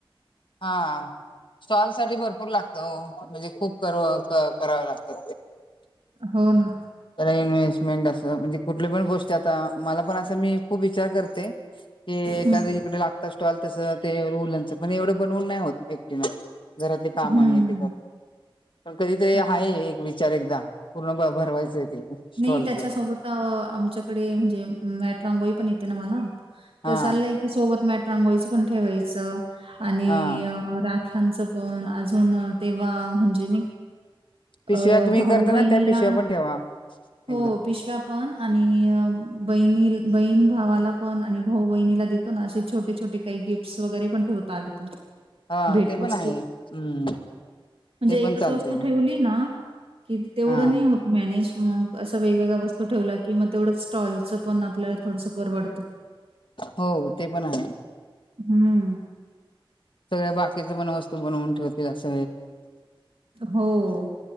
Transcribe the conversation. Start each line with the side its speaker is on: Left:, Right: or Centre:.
Left: हा स्टॉल साठी भरपूर लागतं ओ म्हणजे खूप कराव लागतं.
Right: हो ना.
Left: त्याला इन्व्हेस्टमेंट असं म्हणजे कुठली पण गोष्टी आता मला पण असं मी खूप विचार कर ते एखाद
Right: हं.
Left: इकडं लागत स्टॉल तस ते वूलनच पण एवढं बनवून नाही होत एकटीन घरातली काम
Right: हं,
Left: हे
Right: हं.
Left: ते करुन पण कधीतरी
Right: हो.
Left: आहे एक विचार चार एकदा पूर्ण भ भरवायचं आहे ते स्टॉलच
Right: नाही त्याच्यासोबत अं आमच्याकडे म्हणजे मॅट रांगोळी पण येते ना मला.
Left: हा
Right: तर चालंय की सोबत मॅट रांगोळीचं पण ठेवायचं आणि
Left: हा
Right: अं रा ह्याचं पण अजून अं तेव्हा म्हणजे
Left: पिशव्या
Right: अ
Left: तुम्ही
Right: भाऊ
Left: करता
Right: बहिणींना
Left: ना त्या पिशव्या पण ठेवा एकदम.
Right: हो पिशव्या पण आणि अं बहिणी बहीण भावाला पण आणि भाऊ बहिणीला देतो ना असे छोटे छोटे काही गिफ्टस वगैरे पण ठेवता आले.
Left: हा
Right: भेटवस्तू.
Left: ते पण आहे हम्म
Right: म्हणजे
Left: ते पण
Right: एकच
Left: चालतंय
Right: वस्तू
Left: ना
Right: ठेवली ना. कि तेवढं
Left: हा
Right: नाही होत मॅनेज मग असं वेगवेगळ्या वस्तू ठेवल्या की मग तेवढं. स्टॉलचं पण आपल्या थोडंसं परवडतं.
Left: हो ते पण आहे.
Right: हम्म.
Left: सगळ्या बा की च पण वस्तू बनवून ठेवतील अस.
Right: हो